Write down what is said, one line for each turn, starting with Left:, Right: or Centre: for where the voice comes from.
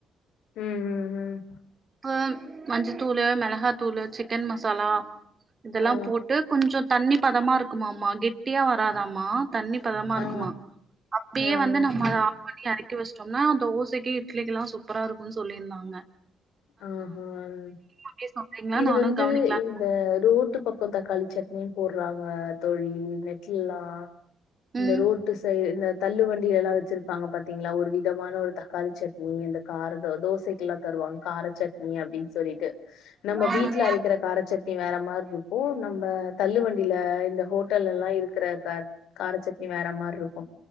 Left: உம்ம்ம் உம்ம்ம் உம்ம்ம்
Right: ம் மஞ்சத்தூள் மிளகாத்தூள் சிக் சிக்கன் மசாலா இதெல்லாம்
Left: ஆ
Right: போட்டு கொஞ்சம் தண்ணி பதமா இருக்குமாம்மா கெட்டியாக வராதாம்மா தண்ணி பதமா இருக்குமா
Left: ஆ
Right: அப்பயே
Left: ஆ
Right: வந்து
Left: ஓகே
Right: நம்ம அத ஆஃப் பண்ணி ஏரை ஆண்டிவச்சூடோனா தோசைக்கு இட்லிக்கு எல்லாம் சூப்பரா இருக்கும்னு சொல்லியிருந்தாங்க
Left: ஆஹ்ஹ்
Right: அப்டியே சொல்றீங்களா
Left: இது
Right: நானு
Left: வந்து
Right: கவனிக்கலான்
Left: இந்த ரோட்டு பக்கம் தக்காளி சட்னி போடுறாங்க தோழி நெட்லல்லாம் இந்த
Right: ம்
Left: ரோட்டு சைடு இந்த தள்ளு வண்டியல்லாம் வச்சிருப்பாங்க பாத்தீங்களா ஒரு விதமான ஒரு தக்காளி சட்னி இந்த கார தோசைக்குல்லாம் தருவாங்க கார சட்னி அப்புடின்னு சொல்லிட்டு நம்ம
Right: ஆமா
Left: வீட்டுல
Right: தோழி
Left: அரைக்கிற காரச்சட்னி வேற மாரி இருக்கும் நம்ம தள்ளு வண்டியில இந்த ஹோட்டல்ல எல்லாம் இருக்கிற அந்த கார சட்னி வேற மாரி இருக்கும்